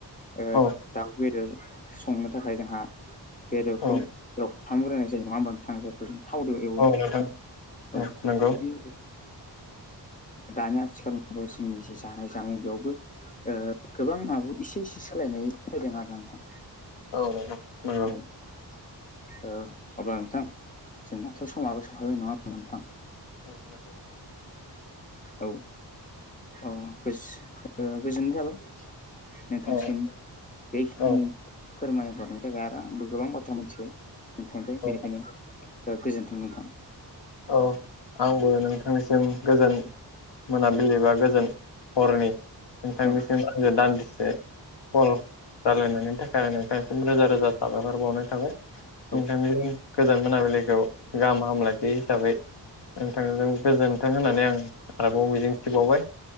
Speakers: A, on the left; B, on the left.
A: ओ
B: औ
A: दाउ बेदर संनो थाखाय जोंहा बेदरखौ
B: औ
A: फाहामग्रोनायनाय जायो नंङा होमबा नोंथां जायखौ जों थावजों एवो
B: औ नोंथां नंगौ
A: औ बिदि दानि आथिखालबो जोंनि जे जानाय जामुं बेयावबो ओ गोबां आबो एसे एसे सोलायनाय फैदों आरो ना नोंथां
B: औ नोंथां
A: औ ओ अब्ला नोंथां जोंनाथ' समाबो सफैबाय नंङा होमब्ला नोंथां
B: <unintelligible>
A: औ अ गो-गोजोननाय थाबाय नोंथांनिसिम
B: औ
A: बे खिनि
B: औ
A: फोरमायहरनाय बेनि थाखाय आरो आंबो गोबां बाथ्रा मिथिबाय नोंथांनिफ्राय
B: औ
A: बेनिखायनो गोजोन्थों नोंथां
B: औ आंबो नोंथांनिसिम गोजोन मोनाबिलि बा गोजोन हरनि नोंथांनिसिम
A: औ
B: आंङो दान्दिसे कल रालायनायनि थाखाय आं नोंथांसिम रोजा रोजा साबायफर बावनाय थाबाय। नोंथांनि
A: औ
B: गोजोन मोनाबिलिखौ गाहाम हामलाय बे हिसाबै नोंथांजों गोजोनथों होननानै आं आरोबाव मिजिंथिबावबाय